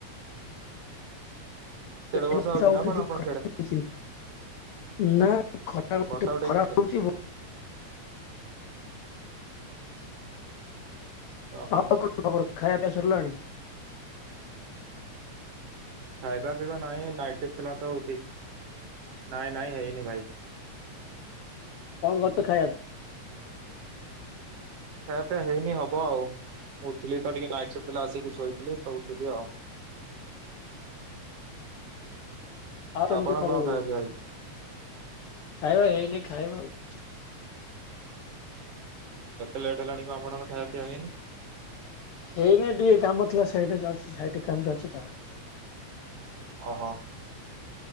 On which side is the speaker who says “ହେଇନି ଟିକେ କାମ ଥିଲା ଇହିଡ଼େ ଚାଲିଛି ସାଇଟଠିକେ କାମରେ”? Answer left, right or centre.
Left